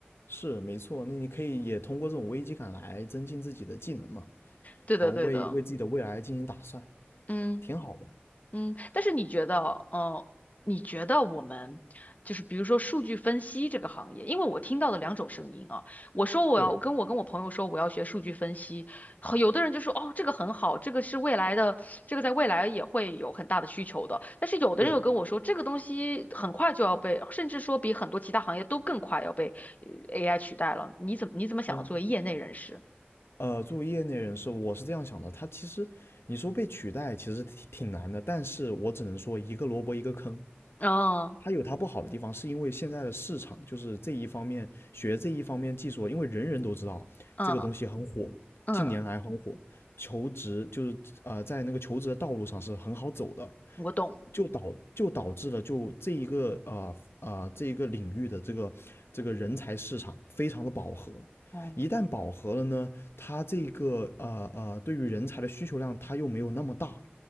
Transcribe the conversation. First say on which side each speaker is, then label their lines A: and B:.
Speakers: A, on the left; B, on the left.
A: 是没错。那你可以也通过这种危机感来增进自己的技能嘛，
B: 对的，
A: 然后为为自己的未来进行打算，
B: 对的，嗯
A: 挺好的。
B: 嗯。但是你觉得，呃，你觉得我们就是比如说数据分析这个行业，因为我听到的两种声音啊，我说我要跟我跟我朋友说我要学数据分析，
A: 对
B: 很有的人就说哦这个很好，这个是未来的，这个在未来也会有很大的需求的。但是有的人又跟我说这个东西很快就要被，
A: 对，
B: 甚至说比很多其他行业都更快要被呃 AI 取代了。你怎么你怎么想的？
A: 嗯、
B: 作为业内人士？
A: 呃，作为业内人士，我是这样想的。他其实你说被取代，其实挺挺难的。但是我只能说一个萝卜一个坑。
B: 哦，
A: 它有它不好的地方，是因为现在的市场就是这一方面学这一方面技术，因为人人都知道这个东西很火，
B: 嗯嗯，
A: 近年来很火，求职就是呃在那个求职的道路上是很好走的，
B: 我懂，
A: 就导就导致了就这一个啊啊、呃呃、这一个领域的这个这个人才市场非常的饱和。
B: 哦
A: 一旦饱和了呢，它这个呃呃对于人才的需求量它又没有那么大，